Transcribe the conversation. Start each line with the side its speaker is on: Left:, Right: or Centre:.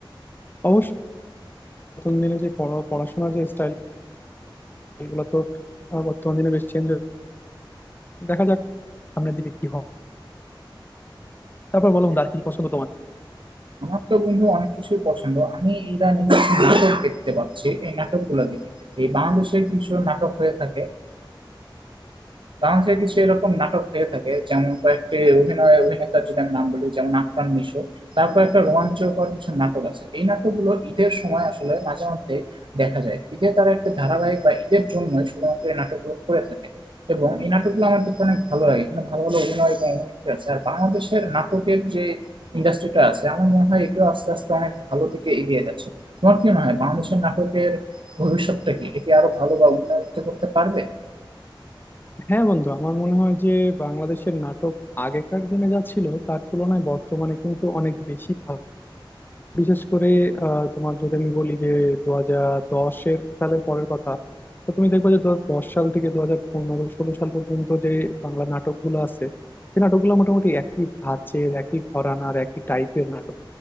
Left: অবশ্য বর্তমান দিনে যে পড়া পড়াশোনার যে স্টাইল এগুলো তো আহ, বর্তমান দিনে বেশ চেঞ্জ দেখা যাক সামনের দিকে কি হয় তারপর বলো বন্ধু আর কি পছন্দ তোমার
Right: আমার তো বন্ধু অনেক কিছুই পছন্দ আমি ইদানিং কিছু নাটক দেখতে পাচ্ছি এই নাটকগুলো দেখি এই বাংলাদেশের কিছু নাটক হয়ে থাকে বাংলাদেশে কিছু এরকম নাটক হয়ে থাকে যেমন কয়েকটি অভিনয় অভিনেতার যদি আমি নাম বলি যেমন আফরান নিশো তারপর একটা রোমাঞ্চকর কিছু নাটক আছে এই নাটকগুলো ঈদের সময় আসলে মাঝে মধ্যে দেখা যায় ঈদে তারা একটা ধারাবাহিক বা ঈদের জন্যই শুধুমাত্র এই নাটকগুলো করে থাকে এবং এই নাটকগুলো আমার দেখতে অনেক ভালো লাগে এখানে ভালো ভালো অভিনয় এবং অভিনেত্রী আছে আর বাংলাদেশের নাটকের যে ইন্ডাস্ট্রিটা আছে আমার মনে হয় এটাও আস্তে আস্তে অনেক ভালো দিকে এগিয়ে যাচ্ছে তোমার কি মনে হয় বাংলাদেশের নাটকের ভবিষ্যৎটা কি এটা কি আরো ভালো বা উন্নত করতে পারবে
Left: হ্যাঁ বন্ধু আমার মনে হয় যে বাংলাদেশের নাটক আগেকার দিনে যা ছিল তার তুলনায় বর্তমানে কিন্তু অনেক বেশি ভালো বিশেষ করে আহ, তোমার যদি আমি বলি যে দু হাজার দশের সালের পরের কথা তো তুমি দেখবে যে দু হাজার দশ সাল থেকে দু হাজার পনেরো ষোলো সাল পর্যন্ত যে বাংলা নাটকগুলো আছে সেই নাটকগুলো মোটামুটি একই ধাঁচের একই ঘরানার একই টাইপের নাটক